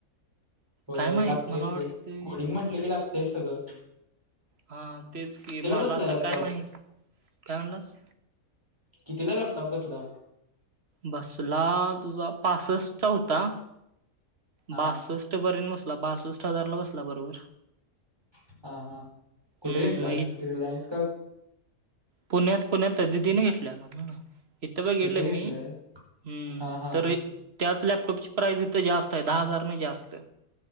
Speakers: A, on the right; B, on the right.
A: होय
B: काय माहित
A: लागतयच
B: मला वाटतय
A: रे कोडिंग म्हटल की लागतयच सगळ.
B: हा तेच की मला
A: बसला
B: आता
A: लॅपटॉप
B: काय माहित? काय म्हणलास?
A: कितीला लॅपटॉप बसला?
B: बसला तुझा पासष्टचा होता.
A: हा
B: बासष्ट पर्यंत बसला बासष्ट हजारला बसला बरोबर
A: हा हा हा कुठे
B: हम्म
A: घेतलास
B: मग
A: रिलायन्स का?
B: पुण्यात पुण्यात दिदीन घेतला. इथं बघितलं
A: तिथं
B: मी
A: घेतलाय
B: हम्म
A: हा हा
B: तर
A: हा
B: त्याच लॅपटॉपची प्राईज इथे जास्त आहे दहा हजारने जास्त